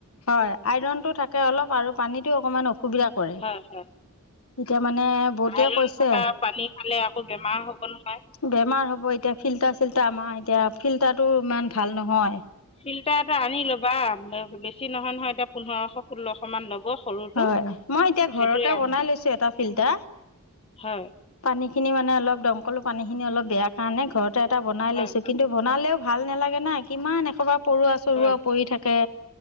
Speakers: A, on the left (about 70°); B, on the left (about 25°).
A: হয় আইৰণতটো থাকে অলপ আৰু পানীতো অকমান অসুবিধা কৰে।
B: হয় হয়
A: এতিয়া মানে বৌতিয়ে
B: আইৰন
A: কৈছে
B: থকা পানী খালে আকৌ বেমাৰ হ'ব নহয়।
A: বেমাৰ হ'ব এতিয়া ফিল্টাৰ চিল্টাৰ আমাৰ এতিয়া ফিল্টাৰো ইমান ভাল নহয়।
B: ফিল্টাৰটা আনি ল'বা বেছি নহয় নহয় এতিয়া পোন্ধৰশ ষোল্লশ মান ল'ব। সৰুটো
A: হয় মই এতিয়া
B: সেইটোৱে
A: ঘৰতে
B: আনি
A: বনাই লৈছো এটা ফিল্টাৰ
B: হয়
A: পানী খিনি মানে অলপ দমকলো পানীখিনি অলপ বেয়া কাৰণে ঘৰতে এটানাই
B: হয়
A: লৈছোঁ কিন্তু বনালেও ভাল নালাগে না কিমান একসোবাৰে পৰুৱা চৰুোৱাা
B: হয়
A: পৰি থাকে।